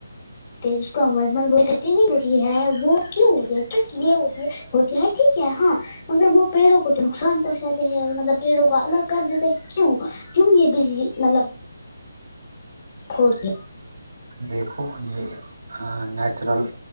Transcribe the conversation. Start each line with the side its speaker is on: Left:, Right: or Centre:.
Left: جس کو ازمل بو کٹ نہیں ہوتی ہے وہ کیوں ہوتی ہے کس لیے ہوتی ہے ہوتی ہے ٹھیک ہے ہاں مگر وہ پیڑوں کو تو نقصان پہنچاتے ہیں مطلب پیڑوں کو الگ کر دیتے کیوں کیوں یہ بجلی مطلب ہوتی
Right: دیکھو یہ ہاں نیچرل